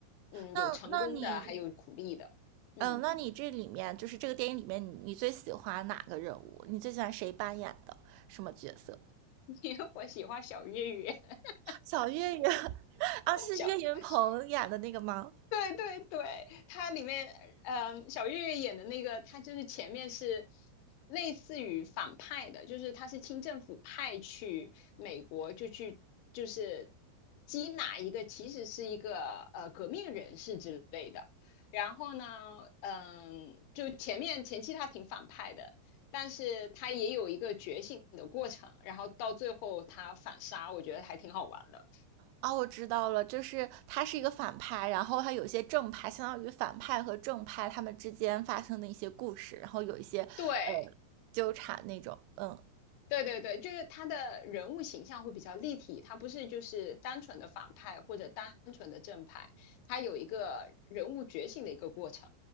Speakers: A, on the left (about 80°); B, on the right (about 85°).
A: 嗯，
B: 那那你，
A: 有成功的，还有苦力的，嗯，
B: 嗯，那你这里面就是这个电影里面你，你最喜欢哪个人物？你最喜欢谁扮演的什么角色？
A: <laughs> 因为我喜欢小岳岳，<laughs>
B: 小岳岳 <laughs> 啊，是岳云鹏演的那个吗？
A: 小对对对，它里面，嗯，小岳岳演的那个，他就是前面是类似于反派的，就是他是清政府派去美国，就去就是缉拿一个其实是一个呃革命人士之类的。然后呢，嗯，就前面前期他挺反派的，但是他也有一个觉醒的过程，然后到最后他反杀，我觉得还挺好玩的。
B: 啊，我知道了，就是他是一个反派，然后他有一些正派，相当于反派和正派他们之间发生的一些故事，然后有一些呃
A: 对。
B: 纠缠那种，嗯
A: 对对对，就是他的人物形象会比较立体，他不是就是单纯的反派或者单纯的正派，他有一个人物觉醒的一个过程。